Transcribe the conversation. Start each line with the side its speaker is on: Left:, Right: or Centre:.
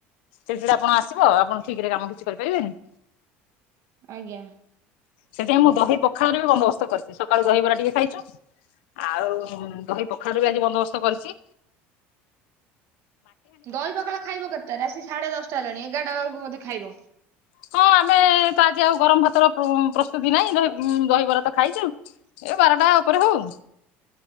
Left: ଚିଡ୍ଚିଡା ପଣ ଆସିବ ଆପଣ ଠିକ୍ ରେ କାମ କିଛି କରିପାରିବେନି।
Right: ଆଜ୍ଞା।
Left: ସେଥିପାଇଁ ମୁଁ ଦହି ପଖାଳର ବି ବନ୍ଦୋବସ୍ତ କରଚି ସକାଳୁ ଦହିବରା ଟିକେ ଖାଇଚୁ। ଆଉ ଦହି ପଖାଳର ବି ଆଜି ବନ୍ଦୋବସ୍ତ କରିଚି।
Right: ଦହି ପଖାଳ ଖାଇବ କେତେଟାରେ ଆସିକି ସାଢେ ଦଶଟା ହେଲାଣି ଏଗାରଟା ବେଳକୁ ବୋଧେ ଖାଇବ।
Left: ହଁ ଆମେ ପା ଆଜି ଆଉ ଗରମ ଭାତର ପ୍ର ପ୍ରସ୍ତୁତି ନାହିଁ ଦହି ଦହିବରା ତ ଖାଇଚୁ। ଏବେ ବାରଟା ଓପରେ ହୋଉ